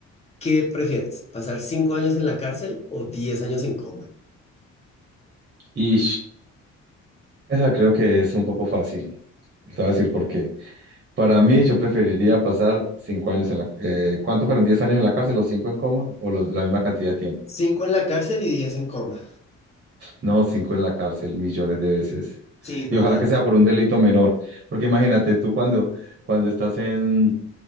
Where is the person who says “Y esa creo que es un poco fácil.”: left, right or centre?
Right